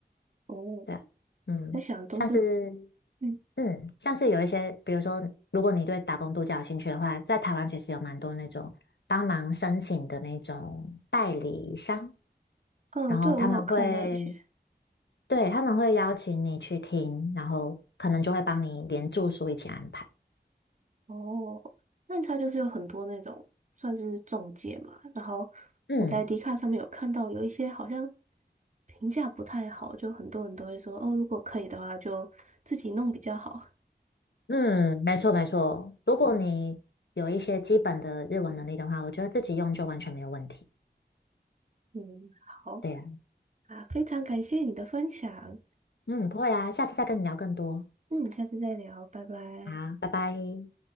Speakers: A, on the right (about 45°); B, on the left (about 80°).
A: 哦，
B: 对啊，嗯，
A: 在想都是，
B: 像是
A: 嗯，
B: 嗯，像是有一些，比如说如果你对打工度假有兴趣的话，在台湾其实有蛮多那种帮忙申请的那种代理商，
A: 嗯，
B: 然后他们会
A: 对，我有看到有些，
B: 对他们会邀请你去听，然后可能就会帮你连住宿一起安排。
A: 哦，那它就是有很多那种算是中介嘛，然后
B: 嗯
A: 我在迪卡上面有看到有一些好像评价不太好，就很多人都会说哦，如果可以的话就自己弄比较好。
B: 嗯，没错没错。如果你有一些基本的日文能力的话，我觉得自己用就完全没有问题。
A: 嗯，好
B: 对呀，
A: 啊，非常感谢你的分享，
B: 嗯，不会啊，下次再跟你聊更多。
A: 嗯，下次再聊，拜拜。
B: 好，拜拜。